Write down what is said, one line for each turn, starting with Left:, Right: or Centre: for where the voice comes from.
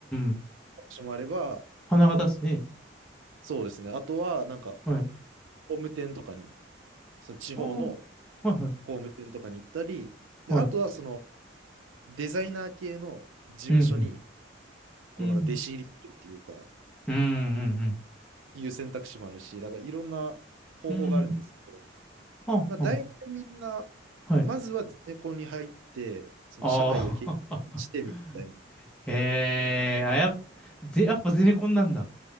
Centre: ーん。
Right: 道もあれば、
Centre: 花形っすね。
Right: そうですね。あとは、なんか、
Centre: はい。
Right: 工務店とかに、その地方の
Centre: ああ、はいはい。
Right: 工務店とかに行ったり、
Centre: はい。
Right: で、あとは、その、デザイナー系の事務所に、
Centre: うんうん。
Right: こう、
Centre: うん
Right: なんか弟子入りするっていうか、
Centre: うんうん
Right: いう選択肢もあるし、だからいろんな方法があるんですけど、
Centre: うん。うん。はんはん。
Right: まあ、大体みんな、
Centre: はい。
Right: まずはゼネコンに入って、その社会を経験してみたいな。
Centre: ああ。<laughs> へえ、あ、やっ、ぜ、やっぱゼネコンなんだ。